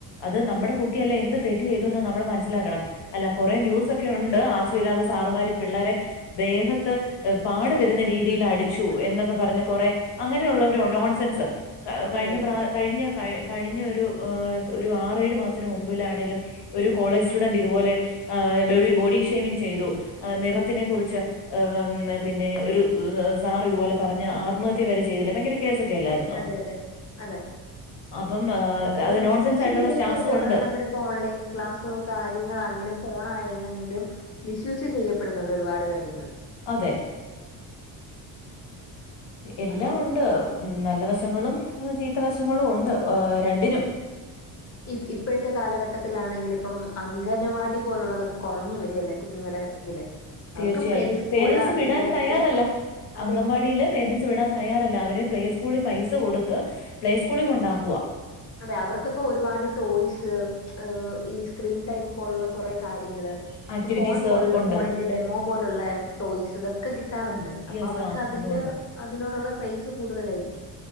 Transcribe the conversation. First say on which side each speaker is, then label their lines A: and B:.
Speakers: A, on the left; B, on the left.
A: അത് നമ്മുടെ കുട്ടിയല്ലെ എന്ത് തെറ്റ് ചെയ്തുന്ന് നമ്മൾ മനസ്സിലാക്കണം. അല്ല കൊറെ ന്യൂസ് ഒക്കെ ഉണ്ട് ആവശ്യമില്ലാതെ സാറുമാര് പിള്ളേരെ ദേഹത്ത് പാടുവരുന്ന രീതി രീതിയിൽ അടിച്ചു എന്നൊക്കെ പറഞ് കൊറേ അങ്ങനെയുള്ളവര നോൺസെൻസ് കഴിഞ്ഞ
B: അതെ അതെ
A: പ്രാ കഴിഞ്ഞ കഴ കഴിഞ്ഞ ഒരു ഒരു ആറേഴ് മാസത്തിന് മുമ്പിലാണേലും ഒരു കോളേജ് സ്റ്റുഡന്റ് ഇതുപോലെ ആ ബോഡി ഷേമിംഗ് ചെയ്തു നിറത്തിനെ കുറിച്ച് പിന്നെ ഒരു സാർ ഇതുപോലെ പർഞ്ഞ ആത്മഹത്യ വരെ ചെയ്തില്ലേ ഭയങ്കര കേസൊക്കെ അല്ലായിരുന്നോ
B: അതെ അതെ അതെ
A: അപ്പം ആ,
B: അത് മിസ്യുസും
A: നോൺസെൻസ് ആയിട്ടുള്ള
B: ചെയ്യുന്നുണ്ട്
A: സ്റ്റാഫ്സും ഉണ്ട്
B: നമ്മുടെ ഇ ഓൺലൈൻ ക്ലാസ്സക്കെ കാര്യങ്ങളണെങ്കിലും ഫോൺ ആയിരുന്നെങ്കിലും മിസ്യുസ് ചെയ്യപ്പെടുന്നുണ്ട് ഒരുപാട് കാര്യങ്ങൾ
A: അതെ എല്ലാം
B: അപ്പോ
A: ഉണ്ട് നല്ല വശങ്ങളും ചീത്ത വശങ്ങളും ഉണ്ട് ആ,
B: അതെ അതെ
A: <inaudible>
B: ഇ ഇപ്പോഴത്തെ കാലഘട്ടത്തിലാണെങ്കിൽ ഇപ്പം അംഗനവാടി പോലുള്ളതൊക്കെ കുറഞ്ഞു വരികല്ലേ കുഞ്ഞുങ്ങളുടെ ഇതില്
A: തീർച്ചയായും
B: അവർക്ക് പ്ലേ സ്കൂള്
A: പേരൻറ്സ്
B: അതുപോലെ
A: വിടാൻ
B: അവർക്ക്
A: തയ്യാറല്ല.
B: അതെ
A: അങ്കവാടിയില് പേരൻറ്സ് വിടാൻ തയ്യാറല്ല അവരെ പ്ലേ സ്കൂളിൽ പൈസ കൊടുത്ത് പ്ലേസ്കൂളിൽ കൊണ്ടാക്കുക
B: അതെ അവർക്കിപ്പോ ഒരുപാട് ടോയ്സ് ഉഹ് ഈ സ്ക്രീൻ ടൈം പോലുള്ള കുറെ കാര്യങ്ങള്
A: ആക്ടിവിറ്റീസ്
B: ഇ ഫോൺ പോലുള്ള
A: ഉണ്ട്.
B: ഫോണിന്റെ ഡെമോ പോലുള്ള ടോയ്സ് ഇതൊക്കെ കിട്ടാറുണ്ട് അപ്പൊ
A: യെസ്
B: അവർക്ക്
A: ആഹ്
B: അതിന്റെ
A: അതുകൊണ്ട്.
B: അതിനോടുള്ള ക്രൈസ് കൂടുതലായിരിക്കും